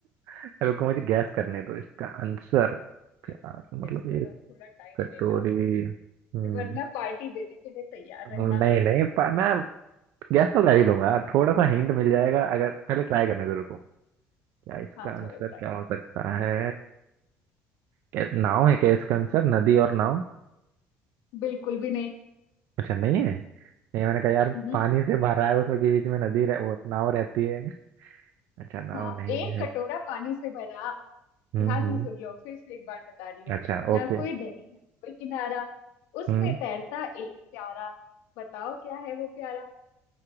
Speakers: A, on the right; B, on the left.
A: <laughs> रुको मुझे गैस करने दो इसका आंसर प्यार
B: चलो
A: मतलब
B: गेस करो
A: एक
B: थोड़ा टाइम
A: कटोरी
B: ले लो
A: हम्म
B: और वरना पार्टी देने के लिए तैयार रहना
A: नहीं नहीं पा, मैं गैस तो कर ही लूंगा थोड़ा सा हिंट मिल जाएगा अगर पहले ट्राई करने दो रुको क्या इसका
B: हाँ
A: आंसर
B: चलो ट्राई
A: क्या हो सकता है क्या- नाव है क्या इसका आंसर नदी और नाव
B: बिल्कुल भी नहीं
A: अच्छा नहीं है नहीं मैंने कहा यार
B: हम्म,
A: पानी से भरा है उसमें के बीच में नदी रह, वो नाव रहती है अच्छा नाव
B: हाँ
A: नहीं
B: एक
A: है
B: कटोरा पानी से भरा
A: हम्म
B: ध्यान
A: हम्म।
B: से सुन लो फिर से एक बार बता रही हूँ
A: अच्छा
B: ना
A: ओके
B: कोई दरी ना कोई किनारा उसमें
A: हम्म
B: तैरता एक प्यारा बताओ क्या है वो प्यारा